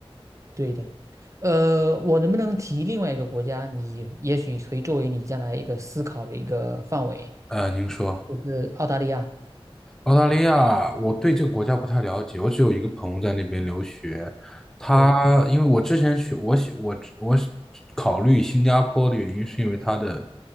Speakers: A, on the right; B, in the centre.
A: 对的。呃，我能不能提另外一个国家？你也许可以作为你将来一个思考的一个范围，
B: 呃，您说。
A: 就是澳大利亚。
B: 澳大利亚，我对这个国家不太了解，我只有一个朋友在那边留学。他因为我之前去，
A: 对，
B: 我喜我我是考虑新加坡的原因，是因为他的